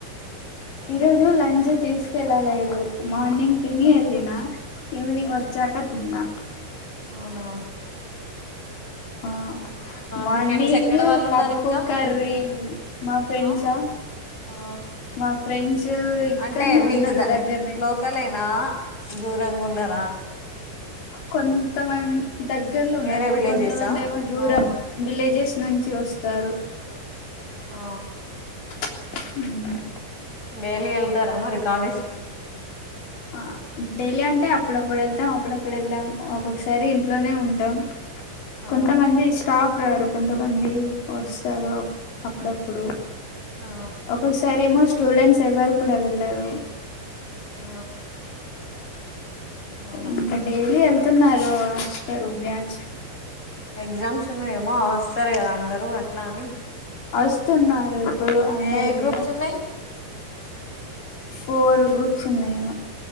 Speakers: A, on the left; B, on the left.
A: ఈరోజు లంచ్ తీసుకెళ్ళలేదు మార్నింగ్ తిని వెళ్ళిన ఈవ్నింగ్ వచ్చాక తిన్నా
B: అవునవును
A: ఆ మార్నింగ్
B: మీ ఫ్రెండ్స్ ఎక్కడ వాళ్ళు ఉన్నారు
A: పప్పు
B: ఇంకా
A: కర్ర మా ఫ్రెండ్స్
B: ఆ ఆ
A: మా ఫ్రెండ్స్ ఇక్కడనే
B: అంటే మీకు
A: ఉన్నారు
B: ద
A: దగ్గరనే
B: లోకలేనా నా దూరంగా ఉన్నరా
A: కొంతమంది దగ్గర్లో ఉన్నారు
B: వేరే విలేజెసా
A: కొంతమంది ఏమో దూరం
B: ఆ
A: విలేజెస్ నుంచి వస్తారు
B: ఆ
A: అ
B: మేలిలుదార మరి కాలేజకి
A: ఆ డైలీ అంటే అప్పుడప్పుడు వెళ్తాం అప్పుడప్పుడు వెళ్దాం ఒక్కొక్కసారి ఇంట్లోనే ఉంటాం
B: ఆ
A: కొంత మంది ఇష్టా ఇరు కొంతమంది వస్తారు అప్పుడప్పుడు
B: ఆ
A: ఒక్కొక్కసారిమోస్ట్ స్టూడెంట్స్ ఎవ్వరు కూడా వెళ్లరు
B: ఆ అవునా
A: ఇకా డైలీ అల్ నా ర స బ్యాజ
B: ఎగ్జామ్స్ ఉన్నా ఏమో వస్తారు కదా అందరుూ ఎట్లా అని
A: వస్తున్నారు ఇప్పుడు అందరు
B: ఏ గ్రూప్స్
A: కూడా
B: ఉన్నాయి
A: ఫోర్ గ్రూప్స్ ఉన్నాయమో